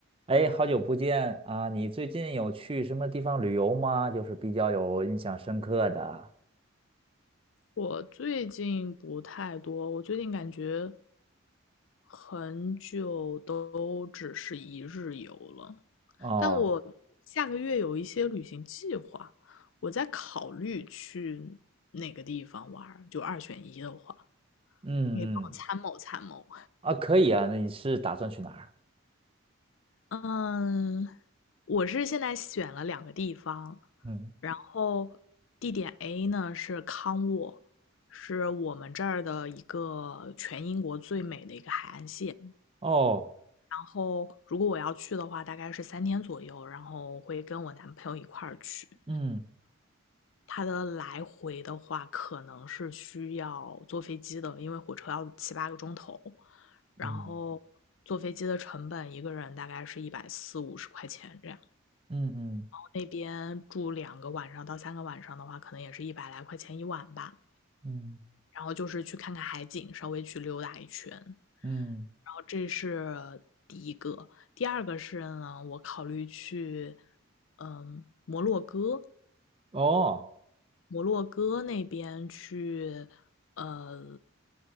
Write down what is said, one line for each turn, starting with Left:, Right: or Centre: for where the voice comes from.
Right: 哎，好久不见啊！你最近有去什么地方旅游吗？就是比较有印象深刻的。
Left: 我最近不太多，我最近感觉很久都只是一日游了。
Right: 哦，
Left: 但我下个月有一些旅行计划，我在考虑去哪个地方玩儿就二选一的话，
Right: 嗯嗯，
Left: 你可以帮我参谋参谋。
Right: 啊，可以啊。那你是打算去哪儿？
Left: 嗯，我是现在选了两个地方，
Right: 嗯，
Left: 然后地点 A 呢是康沃，是我们这儿的一个全英国最美的一个海岸线。
Right: 哦，
Left: 然后如果我要去的话，大概是三天左右，然后会跟我男朋友一块儿去。
Right: 嗯
Left: 他的来回的话，可能是需要坐飞机的，因为火车要七八个钟头，然后坐飞机的成本一个人大概是一百四五十块钱这样。
Right: 嗯嗯嗯
Left: 那边住两个晚上到三个晚上的话，可能也是一百来块钱一晚吧。
Right: 嗯
Left: 然后就是去看看海景，稍微去溜达一圈。然
Right: 嗯，
Left: 后这是第一个，第二个是呢，我考虑去，嗯，摩洛哥，
Right: 哦，
Left: 摩洛哥那边去，呃，